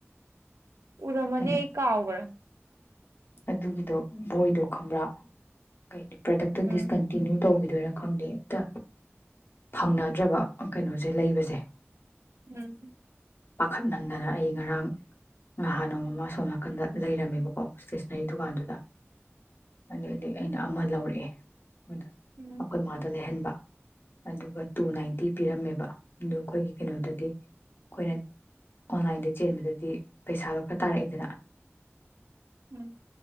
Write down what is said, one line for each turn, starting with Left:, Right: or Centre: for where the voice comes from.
Right: ꯎꯔ ꯃꯅꯦ
Left: ꯑꯩꯅ
Right: ꯑꯩ ꯀꯥꯎꯒꯔꯦ
Left: ꯑꯗꯨꯒꯤꯗꯣ ꯕꯣꯏꯗꯣ ꯈꯪꯕ꯭ꯔꯥ ꯀꯩ <unintelligible> ꯄ꯭ꯗꯛꯇꯨ
Right: ꯎꯝ
Left: ꯗꯤꯁꯀꯟꯇꯤꯟꯅꯤꯌꯨ ꯇꯧꯈꯤꯗꯣꯏꯅ ꯈꯪꯗꯦ ꯍꯦꯛꯇ ꯐꯪꯅꯗ꯭ꯔꯕ ꯀꯩꯅꯣꯁꯦ ꯂꯩꯕꯁꯦ
Right: ꯎꯝ
Left: ꯄꯥꯈꯠꯃꯟꯗꯅ ꯑꯩ ꯉꯔꯥꯡ ꯉꯍꯥꯟ ꯅꯣꯡ ꯑꯃ ꯁꯣꯝ ꯅꯥꯀꯟꯗ ꯂꯩꯔꯝꯃꯦꯕꯀꯣ ꯏꯁꯇꯦꯁꯅꯔꯤ ꯗꯨꯀꯥꯟꯗꯨꯗ ꯑꯗꯨ ꯑꯣꯏꯗꯤ ꯑꯩꯅ ꯑꯃ ꯂꯧꯔꯛꯑꯦ ꯗ
Right: ꯎꯝ
Left: ꯑꯩꯈꯣꯏ ꯃꯥꯗ ꯂꯩꯍꯟꯕ ꯑꯗꯨꯒ ꯇꯨ ꯅꯥꯏꯟꯇꯤ ꯄꯤꯔꯝꯃꯦꯕ ꯑꯗꯨꯣ ꯑꯩꯈꯣꯏꯒꯤ ꯀꯩꯅꯣꯗꯗꯤ ꯑꯩꯈꯣꯏꯅ ꯑꯣꯟꯂꯥꯏꯟꯗ ꯆꯦꯟꯕꯗꯗꯤ ꯄꯩꯁꯥ ꯈ ꯇꯥꯔꯛꯏꯗꯅ
Right: ꯎꯝ